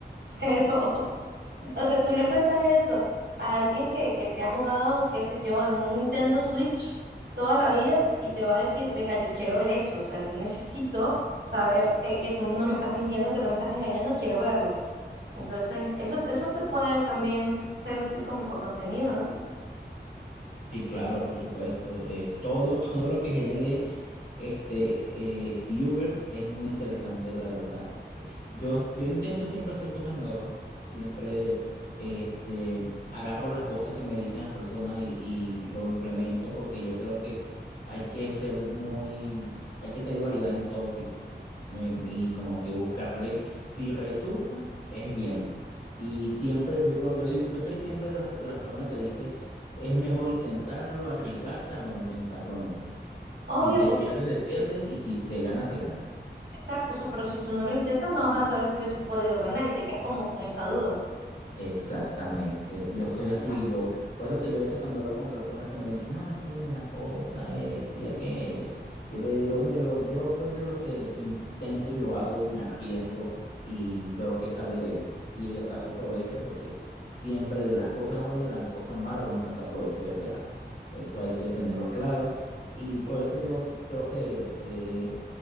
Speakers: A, on the right (about 80°); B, on the left (about 65°).
A: <laughs> pero o sea, tú le cuentas eso a alguien que, que te ha jugado, qué sé yo, en un Nintendo Switch toda la vida y te va a decir, venga, yo quiero ver eso, o sea, yo necesito saber que, que tú no me estás mintiendo, que no me estás engañando, quiero verlo. Entonces, eso, eso te puede también ser útil como para contenido, ¿no?
B: Sí, claro, por supuesto. eh, todo, <laughs> todo lo que genere este eh, viewer es muy interesante, la verdad. Eh, yo, yo intento siempre hacer cosas nuevas, siempre este, agarro las cosas que me dicen las personas y, y lo implemento porque yo creo que hay que ser muy, hay que tener variedad en todo tipo me- y como que buscarle, si resulta, es bien. Y siempre, yo creo, yo digo, yo soy siempre de las, de las personas que dice Es mejor intentarlo, arriesgarse a no intentarlo nunca.
A: Obvio,
B: Si se
A: porque,
B: pierde, se pierde y si se gana, se gana.
A: exacto, o sea, pero si tú no lo intentas, no vas a saber si hubieses podido ganar y te quedas como con esa duda.
B: Exactamente, yo soy
A: Mira,
B: así, yo, por eso que yo a veces cuando hablo con personas que me dicen, no, es que me da cosa esto y aquello, yo le digo, mire, lo- yo soy de los que intento y lo hago y me arriesgo y veo que sale de eso. Y ella sacó provecho porque siempre de las cosas buenas y de las cosas malas uno saca provecho desde algo. Eso hay que tenerlo claro y por
A: es-
B: eso yo creo que eh,